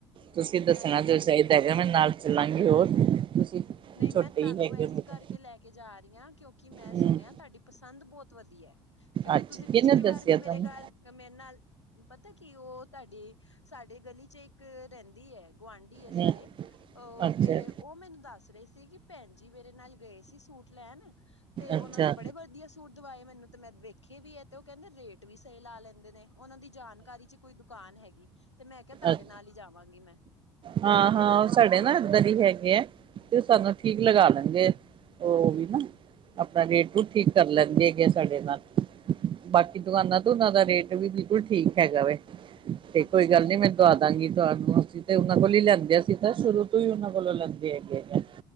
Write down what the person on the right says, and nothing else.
ਤੁਸੀਂ ਦੱਸਣਾ
ਜੋ ਚਾਹੀਦਾ
ਹੈਗਾ ਮੇਰੇ ਨਾਲ। ਚੱਲਾਂਗੇ ਹੋਰ, ਤੁਸੀਂ
ਛੋਟੇ
ਹੀ ਹੈਗੇ
ਹੋ
ਤਾਂ।
ਹੂੰ
ਅੱਛਾ
ਕਿਹਨੇ ਦੱਸਿਆ
ਤੁਹਾਨੂੰ
ਨਹੀਂ
ਅੱਛਾ
ਅੱਛਾ
ਅੱਛਾ
ਹਾਂ ਹਾਂ ਉਹ ਸਾਡੇ ਨਾ ਇੱਧਰ ਹੀ ਹੈਗੇ ਆ ਤੇ ਉਹ ਸਾਨੂੰ ਠੀਕ ਲਗਾ ਲੈਂਦੇ ਉਹ ਵੀ ਨਾ ਆਪਣਾ ਰੇਟ ਨੂੰ ਠੀਕ ਕਰ ਲੈਣਗੇ ਹੈਗੇ ਸਾਡੇ ਨਾਲ ਬਾਕੀ ਦੁਕਾਨਾਂ ਤੋਂ ਉਹਨਾਂ ਦਾ ਰੇਟ ਵੀ ਬਿਲਕੁਲ ਠੀਕ ਹੈਗਾ ਵੇ ਤੇ ਕੋਈ
ਗੱਲ
ਨੀ ਮੈਂ ਦਵਾ ਦਾਂਗੀ ਤੁਹਾਨੂੰ ਤੇ ਉਹਨਾਂ ਕੋਲ ਹੀ ਲੈਂਦੇ ਸੀ ਤਾਂ ਸ਼ੁਰੂ ਤੋਂ ਹੀ ਉਹਨਾਂ ਕੋਲੋਂ ਲੈਂਦੇ ਹੈਗੇ ਹੈ।